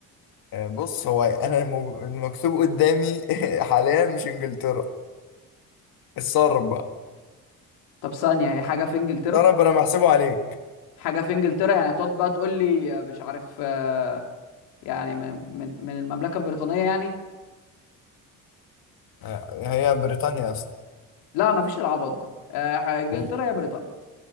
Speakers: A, on the left (about 70°); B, on the left (about 85°).
A: آه، بص هو انا مو- المكتوب قدامي <laughs> حاليا مش انجلترا اتصرف بقى
B: طب ثانيه هي حاجه في انجلترا
A: اتصرف انا محسبه عليك
B: حاجه في انجلترا يعني هتقعد بقى تقول لي آه، مش عارف آه، يعني من من من المملكه البريطانيه يعني
A: آه، هي بريطانيا اصلا
B: لا مفيش العبط ده آه، انجلترا
A: وال-
B: هي بريطانيا